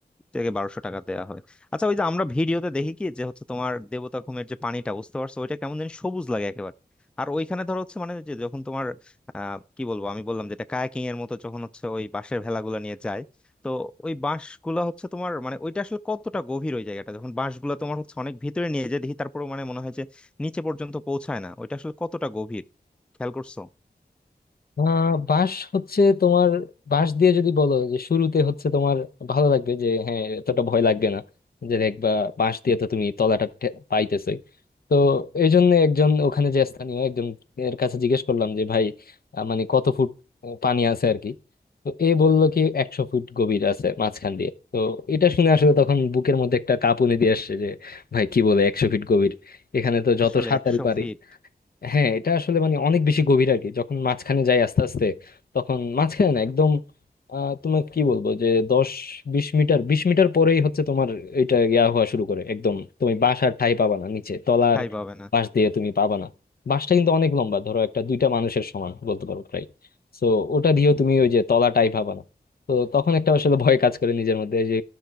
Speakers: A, in the centre; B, on the left (about 60°).
A: থেকে বারোশো টাকা দেয়া হয় আচ্ছা ওই যে আমরা ভিডিওতে দেখি কি যে হচ্ছে তোমার দেবতা খুমের যে পানিটা বুঝতে পারছো ওইটা কেমন যেন সবুজ লাগে একেবারে আর ওইখানে ধরো হচ্ছে মানে যে যখন তোমার আহ কি বলবো আমি বললাম যেটা কায়াকিং এর মতো যখন হচ্ছে ওই বাঁশের ভেলাগুলো নিয়ে যায় তো ওই বাঁশগুলা হচ্ছে তোমার মানে ওইটা আসলে কতটা গভীর ওই জায়গাটা যখন বাঁশগুলা তোমার হচ্ছে অনেক ভিতরে নিয়ে যায় দেখি তারপরে মানে মনে হয় যে নিচে পর্যন্ত পৌঁছায় না ওইটা আসলে কতটা গভীর খেয়াল করছো
B: আহ বাঁশ হচ্ছে তোমার বাঁশ দিয়ে যদি বলো যে শুরুতে হচ্ছে তোমার ভালো লাগবে যে হ্যাঁ এতটা ভয় লাগবে না যে দেখবা বাঁশ দিয়ে তো তুমি তলাটা পাইতেছে তো এই জন্য একজন ওখানে যে স্থানীয় একজন এর কাছে জিজ্ঞেস করলাম যে ভাই আহ, মানে কত ফুট পানি আছে আর কি তো এ বললো কি একশো ফুট গভীর আছে মাঝখান দিয়ে তো এটা শুনে আসলে তখন বুকের মধ্যে একটা কাঁপুনি দিয়ে আসছে যে ভাই কি বলে একশো ফিট গভীর এখানে তো যত
A: আসলে
B: সাঁতারই
A: একশো
B: পারি
A: ফিট
B: হ্যাঁ এটা আসলে মানে অনেক বেশি গভীর আর কি যখন মাঝখানে যাই আস্তে আস্তে তখন মাঝখানে না একদম আহ তোমার কি বলবো যে দশ বিশ মিটার বিশ মিটার পরেই হচ্ছে তোমার এটা ইয়া হওয়া শুরু করে একদম তুমি বাসার ঠাঁই পাবা না নিচে তলার
A: ঠাঁই পাবে না
B: পাশ দিয়ে তুমি পাবা না বাসটা কিন্তু অনেক লম্বা ধরো একটা দুইটা মানুষের সমান বলতে পারো প্রায় তো ওটা দিয়েও তুমি ওই যে তলাটাই পাবা না তো তখন একটা আসলে ভয় কাজ করে নিজের মধ্যে যে